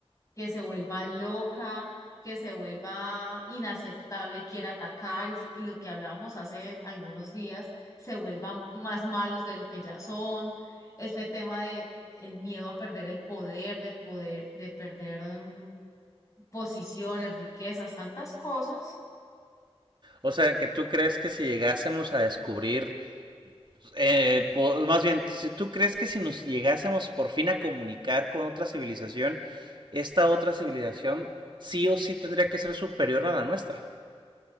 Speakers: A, on the left; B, on the right.
A: que se vuelva loca, que se vuelva inaceptable y quiera atacar, y, s- y lo que hablábamos hace algunos días, se vuelvan más malos de lo que ya son, ese tema de el miedo a perder el poder, de poder, de perder mm, posiciones, riquezas, tantas cosas,
B: O sea, que tú crees que si llegásemos a descubrir, eh, po- más bien, si tú crees que si nos llegásemos por fin a comunicar con otra civilización, esta otra civilización sí o sí tendría que ser superior a la nuestra.